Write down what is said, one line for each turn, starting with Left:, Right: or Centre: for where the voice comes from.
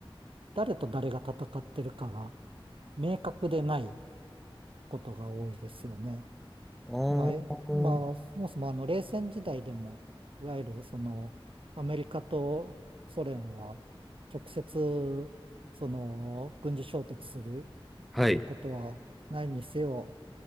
Right: 誰と誰が戦ってるかが明確でないことが多いですよね。
Centre: あ
Right: まあ、えまあ、
Centre: ー
Right: そもそもあの冷戦時代でも、いわゆるそのアメリカとソ連は直接その軍事衝突するっていうことはないにせよ、
Centre: はい、